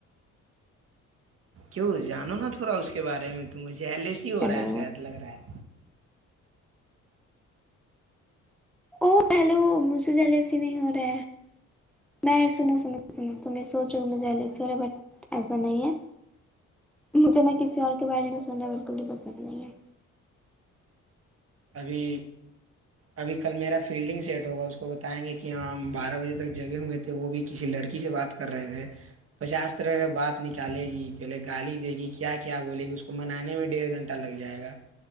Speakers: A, on the right; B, in the centre.
A: کیوں جانو نا تھوڑا اس کے بارے میں تو مج جہلس ہی ہو
B: ہیلو
A: رہا ہے شحد لگ رہا ہے
B: او ہیلو مجھے جلد ایسے نہیں ہو رہا ہے میں ای سوچو سا ایسا نہیں ہے مجھے نہ کسی اور کے بارے میں سننا بالکل بھی پسند نہیں ہے
A: ابھی ابھی کل میرا فیلڈنگ سیٹ ہوگا اس کو بتائیں گے کہ ہاں بارہ بجے تک جگے ہوئے تھے وہ بھی کسی لڑکی سے بات کر رہے تھے پچاس طرح کے بات نکالے گی پہلے گالی دے گی کیا کیا بولے گی اس کو منانے میں ڈیڑھ گھنٹہ لگ جائے گا